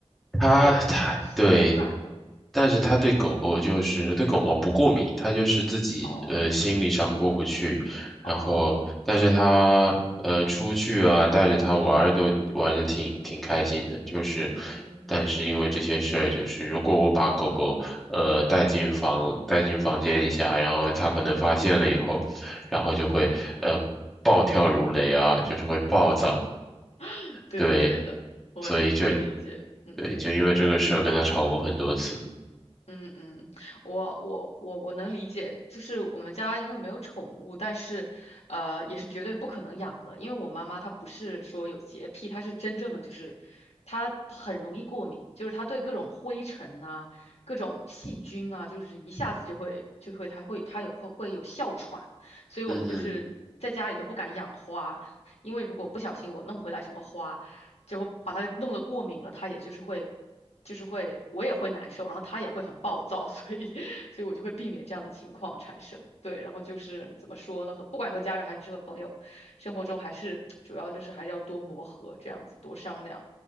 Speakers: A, in the centre; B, on the left.
A: 它它对。
B: 对她还是心很软的。
A: 但是他对狗狗就是对狗毛不过敏，他就是自己呃心理上过不去，
B: 哦
A: 然后但是他呃出去啊带着它玩儿都玩的挺挺开心的，
B: 哦，
A: 就是
B: 嗯，
A: 但是因为这些事儿，就是如果我把狗狗呃带进房带进房间一下，然后它可能发现了以后，然后就会呃暴跳如雷啊，就是会暴躁，
B: <laughs> 对的对的，
A: 对，
B: 我理我理解，
A: 所以就
B: 嗯。
A: 对就因为这个事儿跟他吵过很多次，
B: 嗯嗯，我我我我能理解，就是我们家因为没有宠物，但是，呃，也是绝对不可能养的，因为我妈妈她不是说有洁癖，她是真正的就是她很容易过敏，就是她对各种灰尘啊、各种细菌啊，就是一下子就会就会她会她有会会有哮喘，所以我们就是在家里都不敢养花，
A: 嗯嗯
B: 因为如果不小心我弄回来什么花，就把它弄得过敏了，它也就是会。就是会我也会难受，然后他也会很暴躁，所以 <laughs> 所以我就会避免这样的情况产生。对，然后就是怎么说呢，和不管和家人还是和朋友，生活中还是主要就是还是要多磨合，这样子多商量。